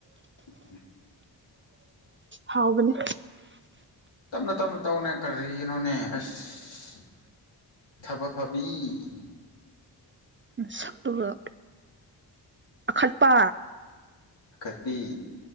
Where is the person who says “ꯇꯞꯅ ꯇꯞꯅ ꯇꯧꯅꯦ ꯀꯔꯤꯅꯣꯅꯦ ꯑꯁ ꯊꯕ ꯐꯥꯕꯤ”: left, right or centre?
Left